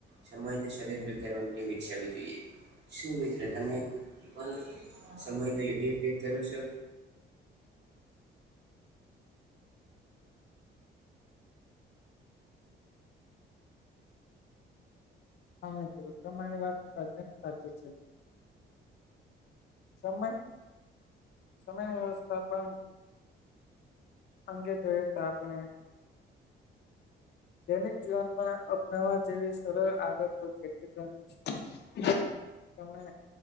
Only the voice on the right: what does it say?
સમય સદપયોગ કરવા માટે ટ વિકસાવવી જોઈએ શું મિત્ર તમે પણ સમયનો યોગ્ય ઉપયોગ કરો છો